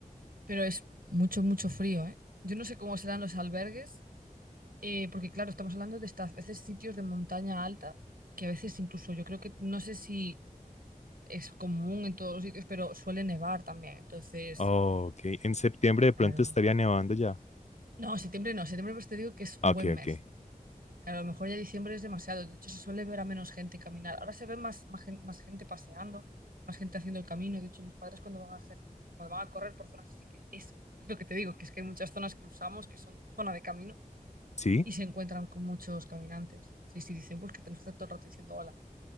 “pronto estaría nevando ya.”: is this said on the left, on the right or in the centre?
Left